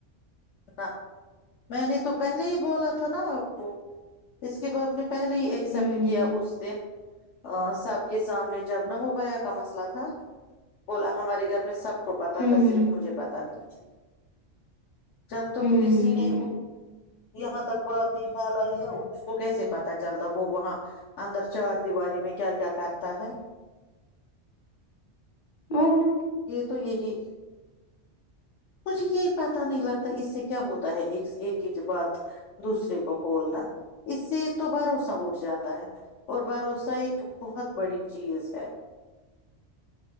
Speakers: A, on the left; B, on the left.
A: ہاں <unintelligible> میں نے تو پہلے ہی بولا تھا نا آپ کو اس کے بعد اپنے پہلے ہی ایکسپٹ
B: ہوں
A: کیا اس دن سب کے سامنے جب نہ ہو پایا کا مسئلہ تھا بولا ہمارے گھر میں سب <unintelligible> کو پتاہ
B: ہوں
A: تھا صرف مجھے پتاہ نہیں تھی جب توک
B: ہوں
A: اسی
B: ہوں
A: نے یہاں تک بات نہیں پھیلائی ہے اس کو کیسے پتا چلتا وہ وہاں اندر چار دیواری میں کیا کیا کرتا ہے
B: بور ن
A: یہ تو یہی مجھے یہ پتاہ نہیں لگتا اس سے کیا ہوتا ہے ایک سے ایک ہی ج بات دوسرے کو بولنا اس سے تو بھروسہ اٹھ جاتا ہے اور بھروسہ ایک بہت بڑی چیز ہے